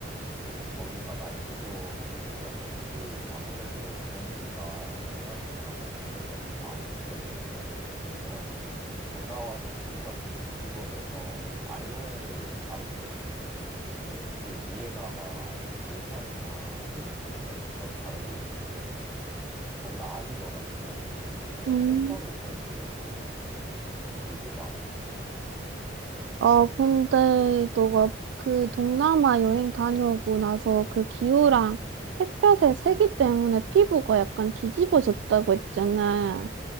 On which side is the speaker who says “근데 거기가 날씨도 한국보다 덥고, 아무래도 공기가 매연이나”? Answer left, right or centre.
Centre